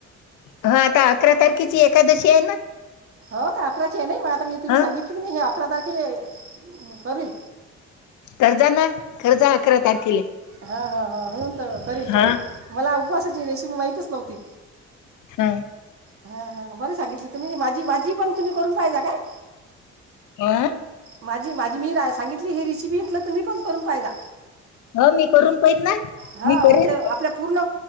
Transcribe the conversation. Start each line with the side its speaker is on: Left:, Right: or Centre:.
Left: हा आता अकरा तारखेची एकादशी आहे ना
Right: हो का अकराची आहे नाही म आता मी तुम्ही
Left: ह
Right: सांगित की नाही हे अकरा तारखेला करील
Left: कर्जा ना कर्जा अकरा तारखेला
Right: हा हा हा होऊन तर करेल करेल
Left: हा
Right: मला उपवासाची रेसिपी माहतीच नव्हती
Left: हम्
Right: हा हा बर सांगितले तुम्ही माझी माझी पण तुम्ही करून पाहिज काय
Left: अं
Right: माझी माझी मी रा सांगितली ही रेसिपी घेतलं तुम्ही पण करून पाहिजा
Left: ह मी करून पाहिन ना
Right: हा
Left: मी करेन
Right: म्हणजे आपल्या पूर्ण